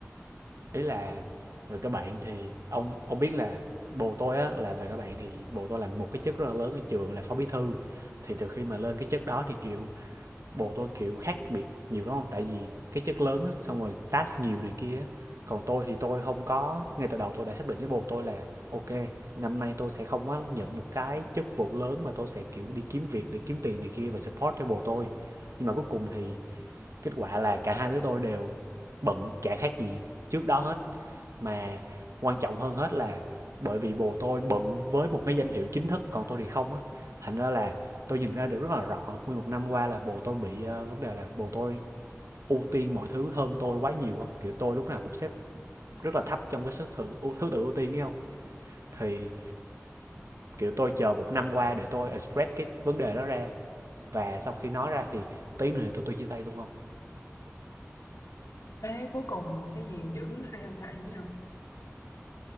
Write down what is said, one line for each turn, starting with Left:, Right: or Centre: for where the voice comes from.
Right: ý là về các bạn thì ông ông biết là bồ tôi á là về các bạn thì bồ tôi làm một cái chức rất là lớn ở trường là phó bí thư thì từ khi mà lên cái chức đó thì kiểu bồ tôi kiểu khác biệt nhiều đúng không tại vì cái chức lớn á xong rồi task nhiều này kia còn tôi thì tôi không có ngay từ đầu tôi đã xác định với bồ tôi là ok năm nay tôi sẽ không có nhận một cái chức vụ lớn mà tôi sẽ kiểu đi kiếm việc để kiếm tiền này kia và support cho bồ tôi nhưng mà cuối cùng thì kết quả là cả hai đứa tôi đều bận chả khác gì trước đó hết mà quan trọng hơn hết là bởi vì bồ tôi bận với một cái danh hiệu chính thức còn tôi thì không á thành ra là tôi nhìn ra được rất là rõ nguyên một năm qua là bồ tôi bị ờ, vấn đề là bồ tôi ưu tiên mọi thứ hơn tôi quá nhiều không kiểu tôi lúc nào cũng xếp rất là thấp trong cái sức thử, thứ tự ưu tiên ấy không thì kiểu tôi chờ một năm qua để tôi express cái vấn đề đó ra và sau khi nói ra thì tí nữa thì tôi tôi chia tay luôn không
Left: Thế cuối cùng cái gì giữ hai ông lại với nhau?